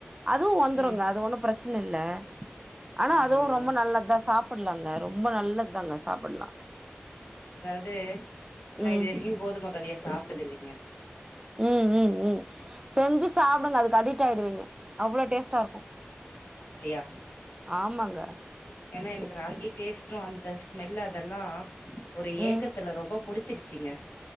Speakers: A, on the right; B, on the left.
A: அதுவும் வந்துருங்க
B: ம்
A: அது ஒண்ணும் பிரச் சனை இல்ல ஆனா
B: ஆமாங்களா
A: அதுவும் ரொம்ப நல்லதுதான் சாப்பிடலாங்க ரொம்ப நல்லது தாங்க சாப்பிடலாம்
B: அதாவது நான்
A: ம்
B: இது வரையு கோதுமை களிய சாப்ட்டது இல்லீங்க <inaudible>
A: ம் ம் ம் செஞ்சு சாப்பிடுங்க அதுக்கு அடிட் ஆயிடுவீங்க அவ்ளோ டேஸ்ட்டா இருக்கும்
B: அப்படியா
A: ஆமாங்க
B: ஏன்னா எனக்கு ராகி டேஸ்ட்டும் வந்து மெல்ல அதெல்லா ஒரு ஏக்கத்துல
A: ம்
B: ரொம்ப புடிச் ச்சிருச்சிங்க